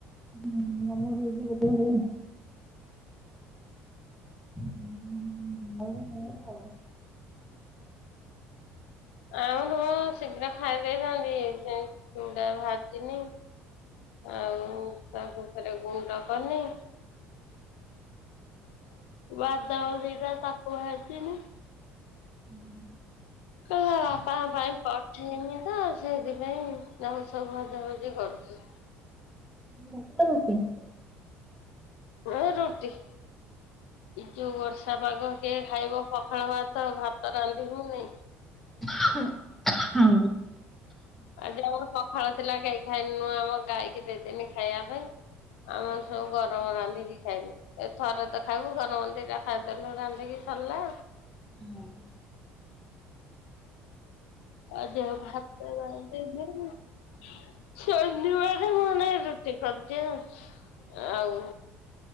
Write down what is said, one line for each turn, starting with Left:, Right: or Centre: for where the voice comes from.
Centre: ହୁଁ <inaudible> <unintelligible>
Left: ଆଉ ତମ ଶୀଘ୍ର ଖାଇ ଦେଇଥାନ୍ତି ଯେ ଚୂଡା ଭାଜିନି। ଆଉ ତାକୁ ଫରେ ଗୁଣ୍ଡ କନି ବାଦମ ସେଇଟା ତାକୁ ଭାଜିନି।
Centre: ହୁଁ ହୁଁ। <inaudible>
Left: କହିଲା ବାପାଙ୍କ ପାଇଁ ପଠେଇମି ତ ସେଥିପାଇଁ ଯାଉ ସବୁ ଭଜାଭଜି କରୁଛି।
Centre: <unintelligible>
Left: ଏ ରୁଟି। ଏ ଯୋଉ ବର୍ଷା ପାଗ କିଏ ଖାଇବ ପଖାଳ ଭାତ ଭାତ ରାନ୍ଧିବୁ ନାଇଁ
Centre: <inaudible>
Left: ଆଜି ଆମର ପଖାଳ ଥିଲା କେହି ଖାଇନୁ ଆମ ଗାଈକି ଦେଇଦେଲି ଖାଇବା ପାଇଁ। ଆମର ସବୁ ଗରମ ରାନ୍ଧିକି ଖାଇନୁ। ଏ ଥର ତ ଖାଇବୁ <unintelligible> ଖାଇଦେଲୁ ରାନ୍ଧିକି ସରିଲା।
Centre: ହୁଁ।
Left: ଆଁ ଦେହ ପାହାତ <unintelligible> ଶନିବାର ମୁଁ ନାଇଁ ରୁଟି କରିଦିଅ ଆଉ